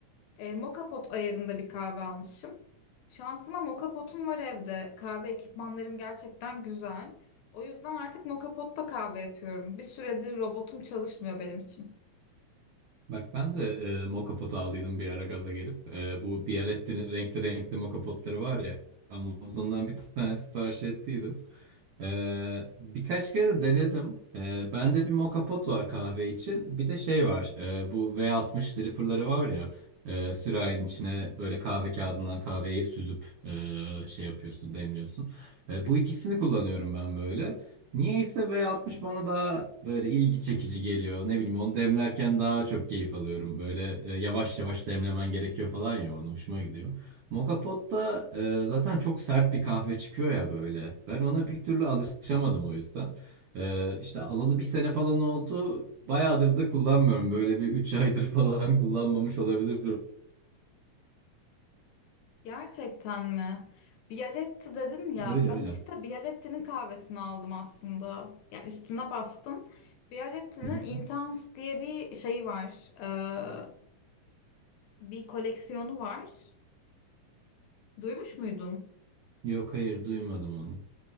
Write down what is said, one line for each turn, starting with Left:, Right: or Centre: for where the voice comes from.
Left: E, moka pot ayarında bir kahve almışım. Şansıma moka potum var evde. Kahve ekipmanlarım gerçekten güzel. O yüzden artık moka potta kahve yapıyorum. Bir süredir robotum çalışmıyor benim için.
Right: Bak ben de e, mokapot aldıydım bir ara gaza gelip. E, bu Bialetti'nin renkli renkli mokapotları var ya. Amazon'dan bir tane sipariş ettiydim. E, birkaç kere de denedim. E, bende bir mokapot var kahve için. Bir de şey var. E, bu V60 dripper'ları var ya. E, sürahinin içine böyle kahve kağıdından kahveyi süzüp e, şey yapıyorsun, demliyorsun. E, bu ikisini kullanıyorum ben böyle. Niyeyse V60 bana daha böyle ilgi çekici geliyor. Ne bileyim onu demlerken daha çok keyif alıyorum. Böyle e, yavaş yavaş demlemen gerekiyor falan ya ona hoşuma gidiyor. Moka Pot'ta e, zaten çok sert bir kahve çıkıyor ya böyle. Ben ona bir türlü alışamadım o yüzden. E, işte alalı bir sene falan oldu. Bayağıdır da kullanmıyorum. Böyle bir 3 aydır <laughs> falan kullanmamış olabilirim.
Left: Gerçekten mi? Bialetti dedin ya.
Right: Öyle
Left: Ben
Right: öyle.
Left: işte Bialetti'nin kahvesini aldım aslında. Yani üstüne bastın. Bialetti'nin
Right: Hı hı.
Left: Intense diye bir şeyi var. Ee, bir koleksiyonu var. Duymuş muydun?
Right: Yok hayır duymadım onu.